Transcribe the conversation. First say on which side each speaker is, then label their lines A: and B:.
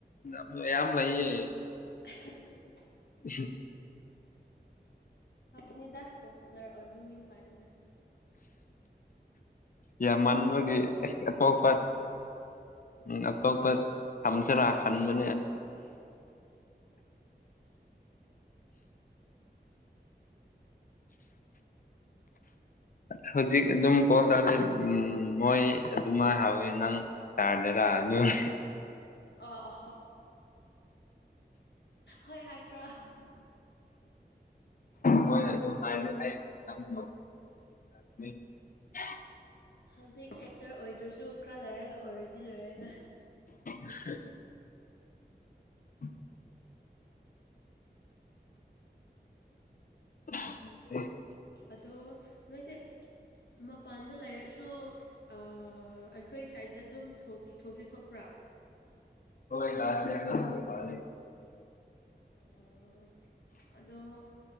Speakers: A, on the left; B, on the left.
A: ꯃꯌꯥꯝ ꯌꯥꯝ ꯂꯩꯌꯦ
B: <unintelligible>
A: ꯁꯤ
B: ꯑꯗꯨꯕꯅꯤꯗ ꯄꯣꯄꯨꯂꯔ ꯑꯣꯏꯕ ꯃꯤꯡ ꯄꯥꯏꯕꯅ
A: ꯌꯥꯝ ꯃꯟꯥꯟꯕꯒꯤ ꯑꯇꯣꯞꯄ ꯎꯝ ꯑꯇꯣꯞꯄ ꯊꯝꯖꯔ ꯈꯔ ꯃ
B: <unintelligible>
A: ꯍꯧꯖꯤꯛ ꯑꯗꯨꯝ ꯀꯣ ꯇꯥꯔꯗꯤ ꯃꯣꯏ ꯑꯗꯨꯃꯥꯏ ꯍꯥꯎꯋꯦ ꯅꯪ ꯇꯥꯗꯔꯥ ꯑ ꯌꯣꯟ
B: ꯑꯣ ꯑ ꯍꯣꯏ ꯍꯥꯏꯈ꯭ꯔꯣ
A: ꯃꯣꯏꯅ ꯑꯗꯨꯝ ꯍꯥꯏꯥꯟꯅꯪ <unintelligible>
B: ꯍꯧꯖꯤꯛ ꯑꯦꯛꯇꯔ ꯑꯣꯏꯗ꯭ꯔꯁꯨ ꯈꯔ ꯂꯩꯥꯏꯔꯒ ꯑꯣꯏꯔꯗꯤ ꯂꯣꯏꯔꯦꯅ
A: <unintelligible> ꯎ <unintelligible>
B: ꯑꯗꯣ ꯅꯣꯏꯁꯦ ꯃꯄꯥꯟꯗ ꯂꯩꯔꯁꯨ ꯑ ꯑꯩꯈꯣꯏ ꯁꯥꯏꯗ ꯑꯗꯨꯝ ꯊꯣꯛꯇꯤ ꯊꯣꯛꯄ꯭ꯔꯥ
A: ꯍ ꯀꯥꯁ ꯌꯥꯒꯔꯦ
B: ꯎꯝ ꯑꯗꯣ